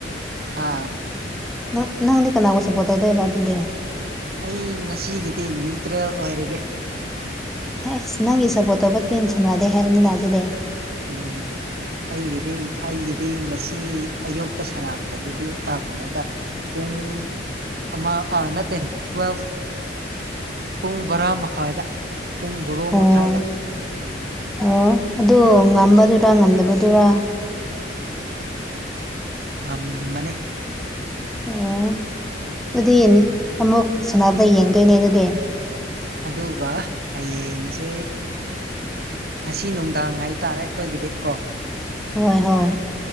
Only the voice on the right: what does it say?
ꯍꯥ
ꯑꯩ ꯉꯁꯤꯒꯤꯗꯤ ꯅ꯭ꯌꯨꯇ꯭ꯔꯦꯜ ꯑꯣꯏꯔꯒꯦ
ꯎꯝ ꯑꯩꯒꯤꯗꯤ ꯑꯩꯒꯤꯗꯤ ꯉꯁꯤ ꯑꯌꯨꯛꯇ ꯁꯥꯟꯅꯥꯈ꯭ꯔꯗꯨꯗꯤ ꯑꯥ ꯀꯩꯅꯣꯗ ꯄꯨꯡ ꯑꯃ ꯑꯥ ꯅꯠꯇꯦ ꯇꯨꯋꯦꯜꯐ ꯄꯨꯡ ꯕꯔꯥ ꯃꯈꯥꯏꯗ ꯄꯨꯡ ꯕꯣꯔꯣ
ꯃꯈꯥꯏꯗ
ꯉꯝꯕꯅꯦ
ꯑꯗꯨꯒ ꯍꯌꯦꯡꯁꯦ ꯉꯁꯤ ꯅꯨꯡꯗꯥꯡ ꯍꯥꯏꯇꯥꯔꯦ ꯑꯈꯣꯏꯒꯤꯗꯤ ꯀꯣ